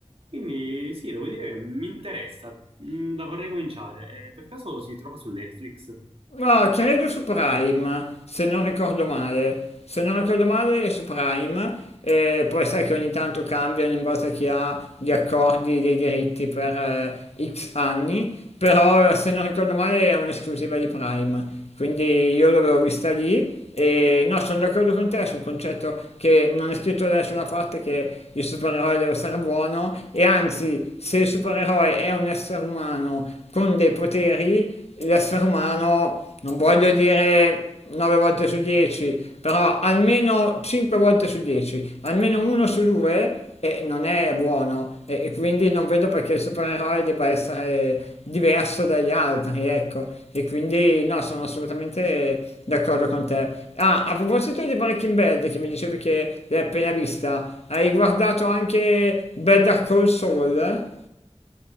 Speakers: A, on the right; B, on the left.
A: Quindi sì, devo dire che mi interessa. Mm, La vorrei cominciare. Eh, per caso si trova su Netflix?
B: No, credo su Prime, se non ricordo male. Se non ricordo male è su Prime, e poi sai che ogni tanto cambiano in base a chi ha gli accordi dei diritti per eh, X anni, però se non ricordo male è un'esclusiva di Prime, quindi io l'avevo vista lì. E no, sono d'accordo con te sul concetto che non è scritto da nessuna parte che il supereroe deve essere buono e anzi, se il supereroe è un essere umano con dei poteri, l'essere umano, non voglio dire 9 volte su 10, però almeno 5 volte su 10, almeno uno su due eh, non è buono e, e quindi non vedo perché il supereroe debba essere diverso dagli altri, ecco. E quindi no, sono assolutamente d'accordo con te. Ah, a proposito di Breaking Bad, che mi dicevi che l'hai appena vista, hai guardato anche Better Call Saul?